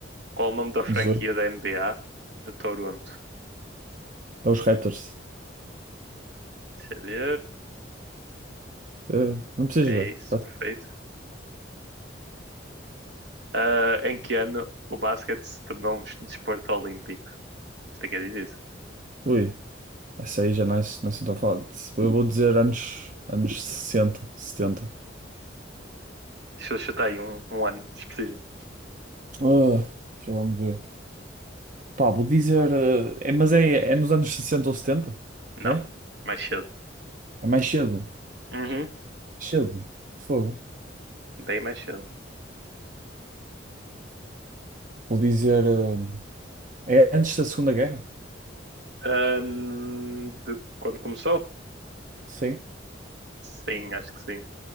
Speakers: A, on the right; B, on the right.
A: Qual o nome da franquia
B: 18.
A: da NBA de Toronto?
B: Dá os Raptors.
A: Deixa eu ver.
B: Eh, não precisas
A: É
B: ver.
A: isso,
B: Tá?
A: perfeito. Ah, em que ano o basquete se tornou um desporto olímpico? Isto aqui é difícil.
B: Ui, essa aí já não é, não é assim tão fácil. Eu vou dizer anos, anos 60, 70.
A: Deixa eu chutar aí um, um ano específico.
B: Ah, deixa lá me ver. Pá, vou dizer. eh, é- mas é, é nos anos 60 ou setenta
A: Não,
B: É?
A: mais cedo.
B: É mais cedo.
A: Uhum,
B: Cedo. Fogo.
A: bem mais cedo.
B: Vou dizer. eh, é antes da Segunda Guerra?
A: Ahn, de quando começou?
B: Sim.
A: Sim, acho que sim.